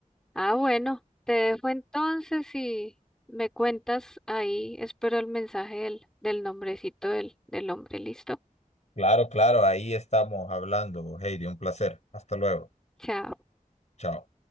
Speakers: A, in the centre; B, on the left.
A: Ah, bueno, te dejo entonces y me cuentas ahí. Espero el mensaje del, del nombrecito del, del hombre. Listo.
B: Claro, claro, ahí estamos hablando, Heidi, un placer. Hasta luego.
A: Chao.
B: Chao.